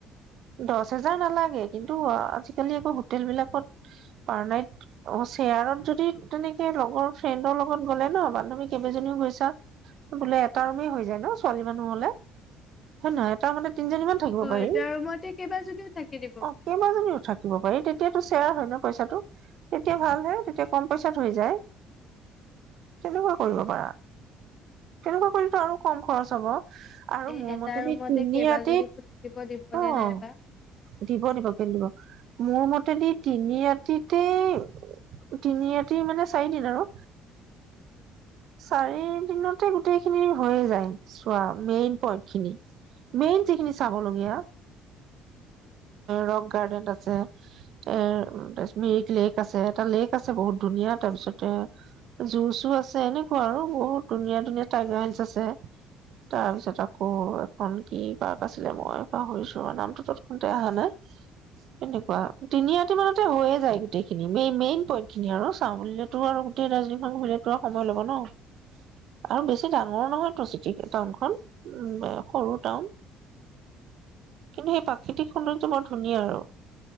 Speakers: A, on the right; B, on the left.
A: দচ হেজাৰ নালাগে কিন্তু আজিকালি আকৌ হোটেল বিলাকত পাৰ নাইট অ', শ্বেয়াৰত যদি তেনেক সেই লগৰ ফ্ৰেণ্ডৰ লগত গ'লে ন বান্ধৱীক কেইবাজনীও গৈছা বোলে এটা ৰুমে হৈ যায় ন? ছোৱালী মানুহ হ'লে
B: অ'।
A: <unintelligible> এটা মানে তিনিজনীমান থাকিব পাৰি,
B: এটা ৰুমতে কেইবাজনীও থাকি দিব
A: অ',
B: পাৰি
A: কেইবাজনীও থাকিব পাৰি তে এতিয়াতো শ্বেয়াৰ হয় ন? পইচাটো। তেতিয়া ভাল হে, তেতিয়া কম পইচাত হৈ যায়। তেনেকুৱা কৰিব পাৰা। তেনেকুৱা কৰিলেতো আৰু কম খৰচ হ'ব। আৰু
B: এই
A: মোৰ
B: এটা
A: মতেদি
B: ৰুমতে
A: তিনি
B: কেইবাজনীকো
A: ৰাতি,
B: থাকিব দিবনে
A: অ',
B: নাইবা
A: দিব দিব কেলে নিদিব, মোৰ মতে। যদি তিনিৰাতিতেই, তিনিৰাতি। <unintelligible> মানে চাৰিদিন আৰু।
B: উম
A: চাৰি দিনতে গোটেই খিনি হৈয়ে যায় চোৱা, মেইন পইন্ট খিনি। মেইন যিখিনি চাবলগীয়া,
B: অ'কে, অ'কে।
A: ৰক গাৰ্ডেন আছে। এৰ তাৰপিছত, মিৰিক লেক আছে, এটা লেক আছে বহুত। ধুনীয়া তাৰ পিছতে, জু-চু আছে এনেকুৱা আৰু বহুত। ধুনীয়া ধুনীয়া টাইগাৰ হিলছ্ আছে। তাৰ পিছত আকৌ এখন কি পাৰ্ক আছিলে, মই পাহৰিছোঁ, নামটো তৎক্ষনতে অহা নাই। এনেকুৱা তিনিৰাতি মানতে হৈয়ে যায়, গোটেইখিনি মেই-মেইন পইন্ট খিনি আৰু। চাওবুলিলেতো আৰু গোটেই দাৰ্জিলিংখন ঘূৰিলেতো আৰু সময় ল'ব ন'। আৰু বেছি ডাঙৰ নহয়তো চিটি। টাউনখন উ সৰু টাউন, কিন্তু সেই পাক। প্ৰাকৃতিক সৌন্দৰ্যটো বৰ ধুনীয়া আৰু।